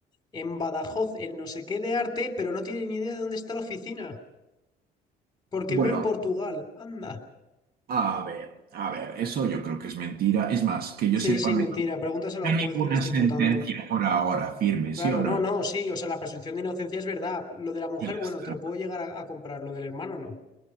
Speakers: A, on the left (about 25°); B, on the right (about 65°).
A: en Badajoz, en no sé qué de arte, pero no tiene ni idea de dónde está la oficina, porque
B: Bueno,
A: vive en Portugal, anda.
B: a ver, a ver, eso yo creo que es mentira. Es más, que yo
A: Sí,
B: sepa,
A: sí,
B: no
A: mentira,
B: hay
A: pregúntaselo
B: no
A: al
B: hay
A: juez
B: ninguna
A: que le está
B: sentencia
A: imputando.
B: por ahora firme, ¿sí
A: Claro,
B: o no?
A: no, no, sí, o sea, la presunción de inocencia es verdad. Lo de la mujer,
B: Y ya
A: bueno,
B: está.
A: te lo puedo llegar a, a comprar, lo del hermano no.